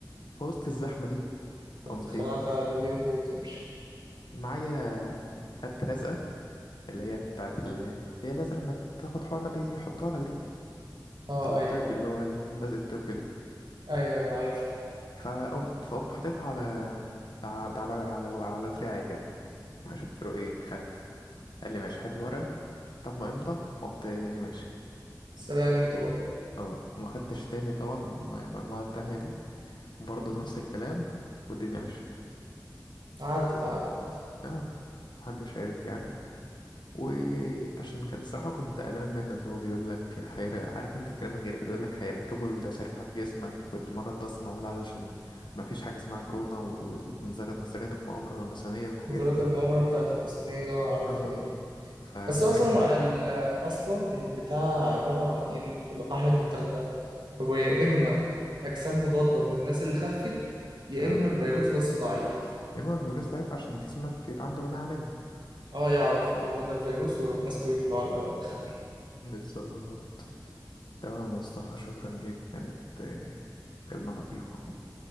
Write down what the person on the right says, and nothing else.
اخترعت
على بيهم ده وتمشي
اه
ايوه
ايوه ايوه عارف
سلام انتوا بقى
عدت عدت
نظرية
المؤامرة بتاعت الماسونية اه عارفها
دي
بس أصلا ال- أصلا البتاع عبارة عن إيه ال- كل قاعدة أنت بتاخدها هو يا إما أجسام مضادة من الناس اللي خفت يا
إما الفيروس بس ضعيف
اه يعرف اللي هو ده الفيروس ويروح ماسكه ويطلع على القلم ويدخله